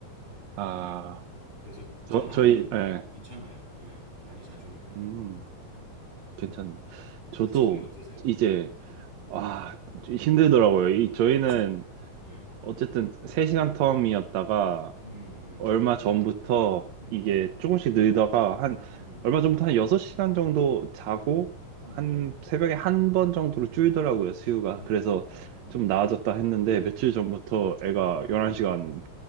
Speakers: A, on the right; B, on the right.
A: 아,
B: 그래서
A: 저,
B: 잠은
A: 저희, 예.
B: 괜찮아요. 예, 많이 자주니까.
A: 음,
B: 음.
A: 괜찮네. 저도
B: 지금은 어떠세요?
A: 이제,
B: 네.
A: 아, 힘들더라고요. 이, 저희는
B: 그렇죠. 예. 음,
A: 어쨌든 3시간 텀이었다가
B: 음,
A: 얼마 전부터
B: 음,
A: 이게 조금씩 늘다가 한
B: 음,
A: 얼마 전부터 한 6시간 정도 자고
B: 음,
A: 한
B: 음,
A: 새벽에 한 번 정도로 줄더라고요, 수유가.
B: 네,
A: 그래서
B: 네, 네,
A: 좀 나아졌다 했는데 며칠
B: 네,
A: 전부터 애가 11시간